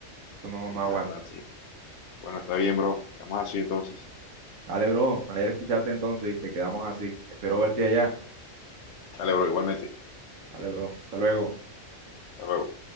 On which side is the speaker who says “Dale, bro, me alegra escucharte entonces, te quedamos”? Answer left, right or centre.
Right